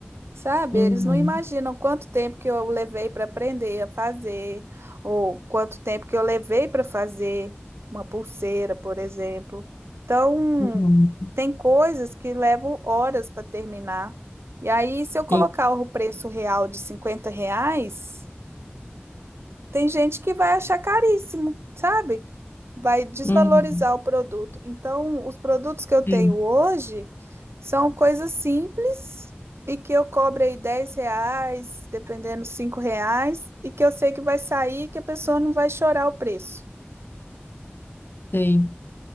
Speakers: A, on the right (about 80°); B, on the left (about 55°).
A: Sabe,
B: Uhum,
A: eles não imaginam quanto tempo que eu levei para aprender a fazer, ou quanto tempo que eu levei para fazer uma pulseira, por exemplo. Então,
B: uhum.
A: tem coisas que levam horas para terminar. E aí, se eu colocar
B: Sim,
A: o preço real de 50 reais, tem gente que vai achar caríssimo, sabe? Vai desvalorizar
B: uhum,
A: o produto. Então, os produtos que eu tenho
B: sim,
A: hoje são coisas simples e que eu cobro aí 10 reais, dependendo, 5 reais, e que eu sei que vai sair e que a pessoa não vai chorar o preço.
B: sei.